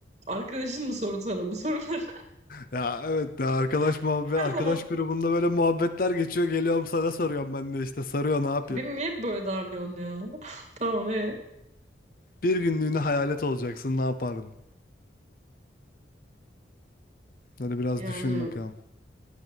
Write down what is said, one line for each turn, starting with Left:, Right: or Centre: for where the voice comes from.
Right: Arkadaşın mı sordu sana bu soruları?
Left: ya evet ya arkadaş
Right: <laughs>
Left: muhabbet
Right: Her
Left: arkadaş
Right: zaman
Left: grubunda böyle muhabbetler geçiyor geliyorum sana soruyorum ben de işte sarıyor ne yapayım.
Right: beni niye böyle darlıyorsun ya? <laughs> Tamam e.
Left: Bir günlüğüne hayalet olacaksın ne yapardın? Hadi biraz
Right: Yani
Left: düşün bakalım.